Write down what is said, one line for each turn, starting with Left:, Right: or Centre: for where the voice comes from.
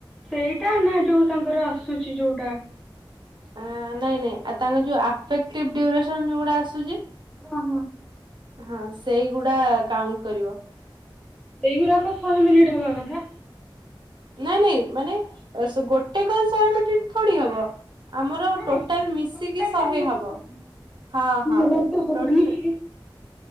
Centre: ସେଇଟା ନା ଯୋଉ ତାଙ୍କର ଆସୁଛି ଯୋଉଟା
Right: ଅ-ଅ-ଅ ନାଇଁ ନାଇଁ ଆଉ ତାଙ୍କ ଯୋଉ ଆଫେକ୍ଟିଭ ଡ୍ୟୁରେସନ ଯୋଉ ଗୁଡା ଆସୁଛି
Centre: ହଁ ହଁ,
Right: ହଁ ସେଇଗୁଡା କାଉଣ୍ଟ କରିବ। ହୁଁ
Centre: ଏଗୁରାକ ଶହେ ମିନିଟ୍ ହବା କଥା?
Right: ନାଇଁ ନାଇଁ ମାନେ ସ ଗୋଟେ କଲ ଶହେ ମିନିଟ୍ ଥୋଡି ହବ। ଆମର
Centre: ନାଇଁ
Right: ଟୋଟାଲ
Centre: ନାଇଁ
Right: ମିଶିକି
Centre: ଟୋଟାଲ
Right: ଶହେ
Centre: ଟା ମିଶିକି।
Right: ହବ। ହଁ
Centre: ମୋ
Right: ହଁ
Centre: ତ ହବନି
Right: ଟୋଟା
Centre: କାରଣ